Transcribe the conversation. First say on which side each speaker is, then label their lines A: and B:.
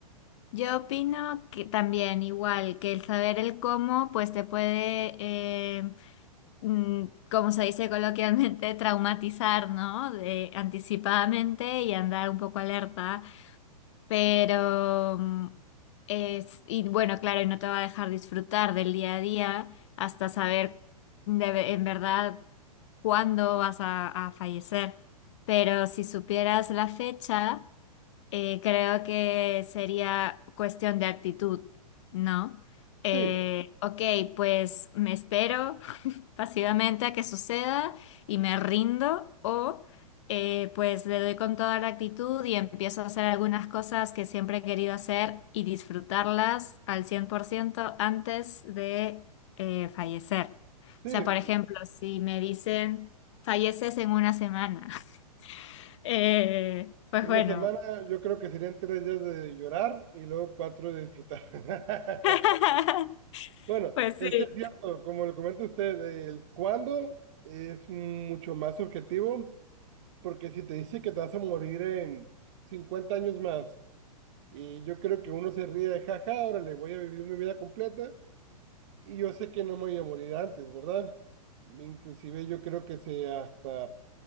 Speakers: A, on the left; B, on the right.
A: yo opino que también igual que el saber el cómo, pues te puede, eh, mm, como se dice coloquialmente, <laughs> traumatizar, ¿no? De, anticipadamente y andar un poco alerta Pero mm, es, y bueno, claro, y no te va a dejar disfrutar del día a día hasta saber de ve- en verdad cuándo vas a, a fallecer. Pero si supieras la fecha, eh, creo que sería cuestión de actitud, ¿no? Eh,
B: Sí,
A: ok, pues me espero pasivamente a que suceda y me rindo o eh, pues le doy con toda la actitud y empiezo a hacer algunas cosas que siempre he querido hacer y disfrutarlas al 100% antes de eh, fallecer.
B: sí.
A: O sea, por ejemplo, si me dicen falleces en una semana, <laughs> eh, pues
B: En
A: bueno,
B: una semana yo creo que serían tres días de llorar y luego cuatro de disfrutar. <laughs>
A: <laughs>
B: Bueno,
A: pues
B: es
A: sí.
B: que es cierto, como lo comenta usted, el cuándo es mucho más subjetivo Porque si te dice que te vas a morir en 50 años más, y yo creo que uno se ríe de jaja, órale, voy a vivir mi vida completa, y yo sé que no me voy a morir antes, ¿verdad? Inclusive yo creo que se hasta